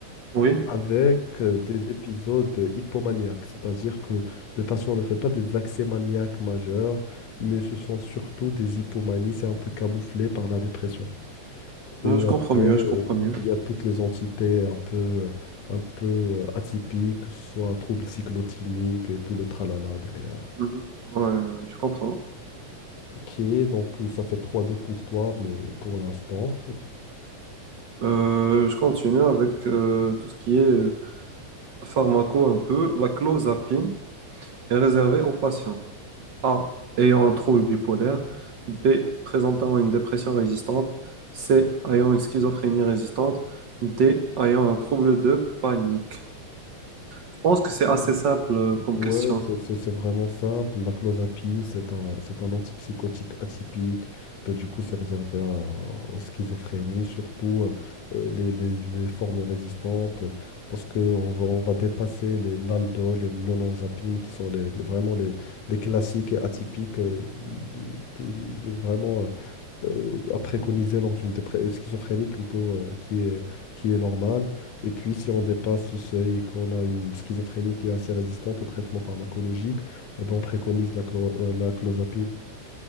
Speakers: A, on the right; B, on the left.
A: Oui,
B: avec euh, des épisodes hypomaniaques, c'est-à-dire que le patient ne fait pas des accès maniaques majeurs, mais ce sont surtout des hypomanies, c'est un peu camouflé par la dépression. Et
A: Euh, je comprends
B: après,
A: mieux,
B: euh,
A: je comprends mieux.
B: il y a toutes les entités un peu, un peu atypiques, que ce soit troubles cyclotimiques et tout le tralala derrière.
A: Mhm. Ouais, ouais, je comprends.
B: Ok, donc euh, ça fait trois deux pour toi, mais pour l'instant.
A: Euh, je continue avec euh, tout ce qui est euh, pharmaco un peu. La clozapine est réservée aux patients A. ayant un trouble bipolaire, B. présentant une dépression résistante, C. ayant une schizophrénie résistante, D. ayant un trouble de panique. Je pense que c'est assez
B: Et
A: simple euh, comme
B: Ouais,
A: question.
B: c'est c'est- c'est vraiment simple. La clozapine, c'est un, c'est un antipsychotique atypique. Bah, du coup, c'est réservé à- aux schizophrénies, surtout euh, les, les- les formes résistantes, parce qu'on va, on va dépasser les l'aldol et l'olanzapine, qui sont les, les- vraiment les, les classiques et atypiques euh, de, de- de- de vraiment euh, à préconiser lors d'une dépre- euh, schizophrénie plutôt euh, qui est, qui est normale. Et puis, si on dépasse ce seuil et qu'on a une schizophrénie qui est assez résistante au traitement pharmacologique, eh ben, on préconise la, clo- euh, la clozapine.